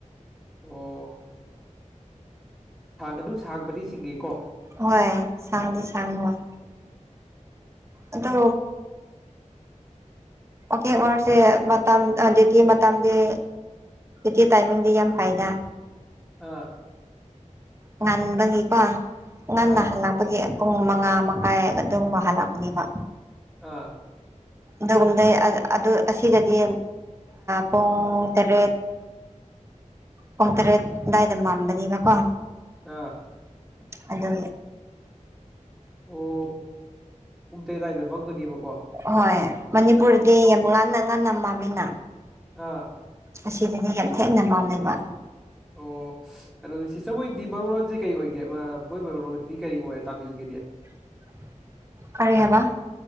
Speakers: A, in the centre; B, on the right.
A: ꯑꯣ ꯑꯗꯨꯝ ꯁꯥꯡꯕꯗꯤ ꯆꯤꯡꯉꯦꯀꯣ
B: ꯍꯣꯏ ꯁꯥꯡꯖ ꯁꯥꯡ ꯍꯣꯏ ꯑꯗꯨꯗ ꯑꯣꯀꯦ ꯋꯥꯔꯁꯦ ꯃꯥꯡ ꯗꯦꯇ ꯃꯇꯥꯡꯗ ꯗꯤꯤ ꯇꯥꯏꯃꯤꯡꯗꯒꯤ ꯌꯥꯝ ꯐꯥꯏꯅ
A: ꯑꯥ <unintelligible> <inaudible>
B: ꯉꯟꯕꯒꯤꯀꯣ ꯉꯟꯅ
A: ꯑꯥ
B: ꯍꯜꯂꯛꯄꯒꯤ ꯄꯨꯡ ꯃꯉꯥ ꯃꯈꯥꯏ ꯑꯗꯨꯒꯨꯝꯕ ꯍꯜꯂꯛꯄꯅꯦꯕ
A: ꯑꯥ
B: ꯑꯗꯨꯒꯨꯝꯗꯩ ꯑꯗꯨ ꯑꯁꯤꯗꯗꯤ ꯄꯨꯡ ꯇꯔꯦꯠ ꯎꯝ <unintelligible> <inaudible> ꯄꯨꯡ ꯇꯔꯦꯠ ꯑꯗꯨꯗꯥꯋꯥꯏꯗ ꯃꯥꯟꯕꯅꯤꯒ ꯀꯣ
A: ꯑꯥ <unintelligible> <inaudible>
B: ꯑꯗꯨ
A: ꯑꯣ ꯎꯇꯗꯗꯅ ꯃꯪꯅꯤ ꯏꯕ
B: ꯍꯣꯏ ꯃꯅꯤꯄꯨꯔꯗꯤ ꯌꯥꯝ ꯉꯟꯅ ꯉꯟꯅ ꯃꯥꯃꯤꯅ
A: ꯑꯥ <inaudible>
B: ꯑꯁꯤꯗꯗꯤ ꯌꯥꯝ ꯊꯦꯡꯅ ꯃꯥꯡꯅꯕ
A: ꯑꯣ ꯑꯗꯨꯣꯗꯤ ꯁꯤꯁꯇꯔ ꯃꯣꯏꯗꯤ ꯃꯔꯣꯔꯣꯟꯁꯦ ꯀꯔꯤ ꯑꯣꯏꯒꯦ ꯃꯣꯏ ꯃꯔꯨꯔꯣꯟꯗꯤ ꯀꯔꯤ ꯑꯣꯏꯔꯦ ꯇꯥꯃꯤꯜꯒꯤꯗꯤ ꯑ <unintelligible> <inaudible>
B: <unintelligible> <inaudible> ꯀꯔꯤ ꯍꯥꯏꯕ